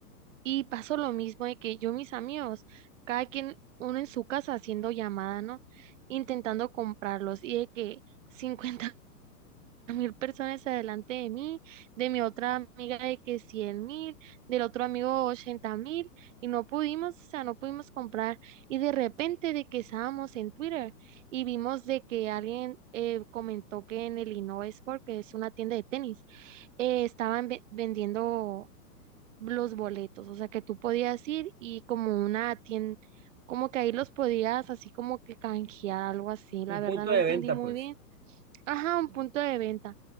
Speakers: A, on the right; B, on the right.
A: y pasó lo mismo de que yo, mis amigos, cada quien, uno en su casa haciendo llamada, ¿no? Intentando comprarlos y de que cincuenta mil personas adelante de mí, de mi otra amiga de que cien mil, del otro amigo ochenta mil, y no pudimos, o sea, no pudimos comprar. Y de repente de que estábamos en Twitter y vimos de que alguien eh, comentó que en el Innova Sport, que es una tienda de tenis, eh, estaban ve- vendiendo los boletos, o sea, que tú podías ir y como una tienda, como que ahí los podías así como que canjear, algo así. La
B: Un
A: verdad
B: punto
A: no
B: de
A: entendí
B: venta,
A: muy
B: pues.
A: bien. Ajá, un punto de venta.